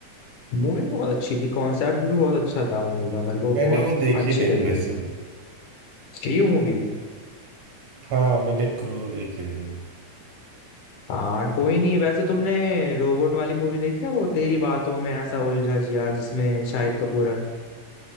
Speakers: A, on the left; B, on the right.
A: मूवी बहुत अच्छी थी कॉन्सेप्ट भी बहुत अच्छा था मूवी का मेरे को
B: मैंने
A: बहुत
B: वो देखी
A: अच्छी
B: नहीं
A: लगी
B: वैसे
A: Three movie
B: हाँ मैंने क्रू देखी नहीं
A: हाँ कोई नहीं वैसे तुमने रोबोट वाली मूवी देखी है वो तेरी बातों में ऐसा उलझा जिया जिसमें शाहिद कपूर है